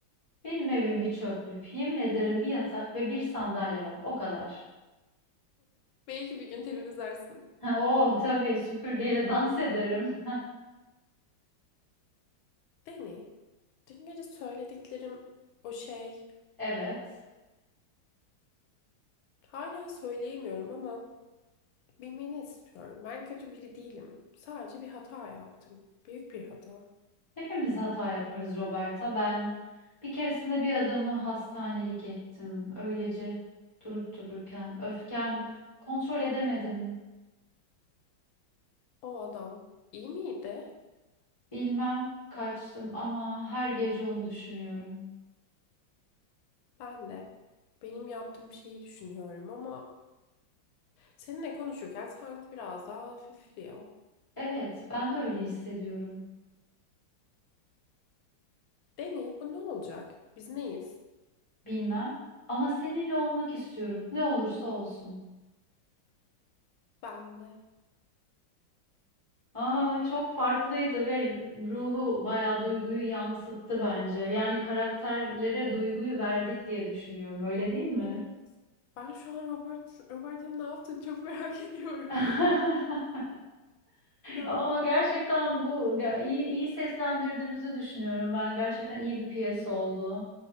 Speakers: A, on the left; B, on the left.
A: Benim evim bir çöplük. Yemin ederim bir yatak ve bir sandalye var. O kadar. <laughs>
B: Belki bir gün temizlersin.
A: Oh tabii süpürgeyle dans ederim.
B: Deni, dün gece söylediklerim o şey.
A: <laughs> Evet.
B: Hala söyleyemiyorum ama Bilmeni istiyorum. Ben kötü biri değilim. Sadece bir hata yaptım. Büyük bir hata.
A: Hepimiz hata yaparız Roberta. Ben bir keresinde bir adamı hastanelik ettim. Öylece durup dururken öfkem kontrol edemedim.
B: O adam iyi miydi?
A: Bilmem kaçtım ama her gece onu düşünüyorum.
B: Ben de. Benim yaptığım şeyi düşünüyorum ama seninle konuşurken sanki biraz daha hafifliyor.
A: Evet, ben de öyle hissediyorum.
B: Deni, bu ne olacak? Biz neyiz?
A: Bilmem ama seninle olmak istiyorum. Ne olursa olsun.
B: Ben de.
A: Aa, çok farklıydı ve ruhu bayağı duyguyu yansıttı bence. Yani karakterlere duyguyu verdik diye düşünüyorum. Öyle değil mi?
B: Evet. Ben şu an Robert, Robert'ın ne yaptığını çok merak <laughs> ediyorum.
A: <laughs>
B: Ne yaptı
A: Ama gerçekten
B: acaba?
A: bu ge- iyi, iyi seslendirdiğimizi düşünüyorum ben. Gerçekten iyi bir piyes oldu.